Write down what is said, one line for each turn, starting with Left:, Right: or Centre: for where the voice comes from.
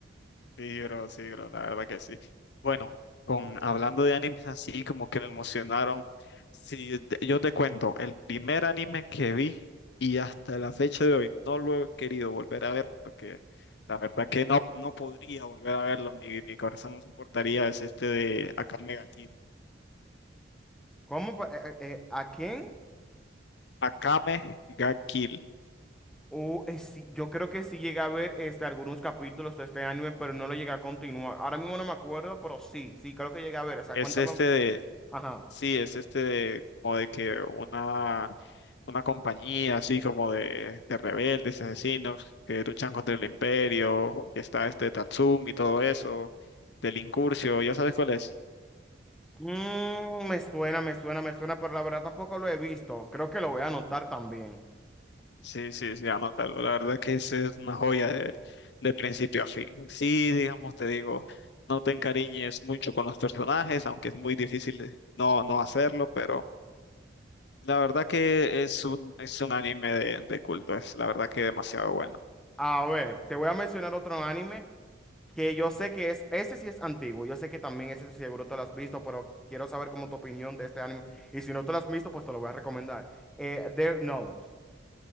Left: Sí, bro, sí, bro, la verdad que sí. Bueno, con hablando de animes así como que me emocionaron, sí, de- yo te cuento, el primer anime que vi y hasta la fecha de hoy no lo he querido volver a ver porque la verdad que no, no podría volver a verlo, mi, mi corazón no soportaría, es este de Akame ga Kill.
Centre: ¿Cómo? pa- eh, eh, eh, ¿a quién?
Left: Akame ga Kill,
Centre: o eh, sí, yo creo que sí llegué a ver este, algunos capítulos de este anime, pero no lo llegué a continuar. Ahora mismo no me acuerdo, pero sí, sí, creo que llegué a ver. O sea,
Left: es
Centre: cuéntame
Left: este
Centre: un po-
Left: de,
Centre: Ajá.
Left: sí, es este de como de que una una compañía así como de, de rebeldes, asesinos, que luchan contra el imperio, que está este Tatsumi y todo eso, del Incurcio, ya sabes cuál es.
Centre: Mm, me suena, me suena, me suena, pero la verdad tampoco lo he visto. Creo que lo voy a anotar también.
Left: Sí, sí, sí, anótalo. La verdad que ese es una joya de, de principio a fin. Sí, digamos, te digo, no te encariñes mucho con los personajes, aunque es muy difícil de- no, no hacerlo, pero la verdad que es un, es un anime de, de culto, es la verdad que demasiado bueno.
Centre: A ver, te voy a mencionar otro anime que yo sé que es, ese sí es antiguo, yo sé que también ese seguro te lo has visto, pero quiero saber como tu opinión de este anime y si no te lo has visto, pues te lo voy a recomendar. Eh, Death Note.